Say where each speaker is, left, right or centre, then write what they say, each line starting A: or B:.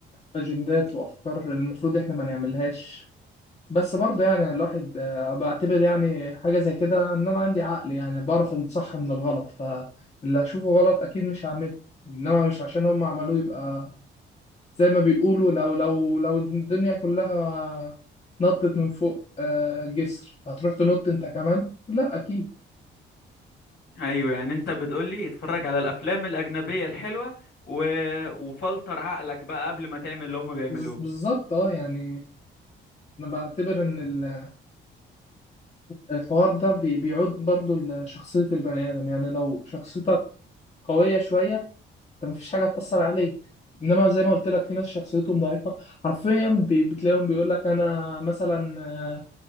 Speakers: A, on the left; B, on the left.
A: اجندات وافكار المفروض احنا ما نعملهاش بس برضه يعني الواحد آه، بعتبر يعني حاجة زي كده إن أنا عندي عقل يعني بعرف الصح من الغلط فاللي هشوفه غلط أكيد مش هعمله إنما مش عشان هم عملوه يبقى زي ما بيقولوا لو لو لو الدنيا كلها نطت من فوق آه، جسر هتروح تنط أنت كمان؟ لأ أكيد
B: ايوه يعني انت بتقولي اتفرج على الافلام الاجنبيه الحلوه و... وفلتر عقلك بقى قبل ما تعمل اللي هم بيعملوه
A: بز- بالظبط أه يعني أنا بعتبر إن ال- الحوار ده بي- بيعود برضه لشخصية البني آدم يعني لو شخصيتك قوية شوية انت مفيش حاجه هتأثر عليك انما زي ما قلت لك في ناس شخصيتهم ضعيفه حرفيا بي- بتلاقيهم بيقول لك انا مثلا آه،